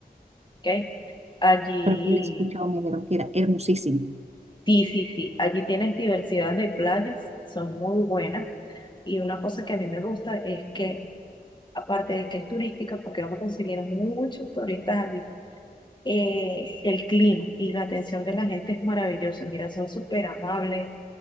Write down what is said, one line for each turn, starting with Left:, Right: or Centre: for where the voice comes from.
Left: ¿ok? Allí,
Right: pero que le he escuchado negro, que era hermosísimo.
Left: sí, sí, sí, allí tienes diversidad de playas, son muy buenas. Y una cosa que a mí me gusta es que, aparte de que es turística, porque vamos a conseguir muchos turistas allí, eh, el clima y la atención de la gente es maravilloso Mira, son súper amables.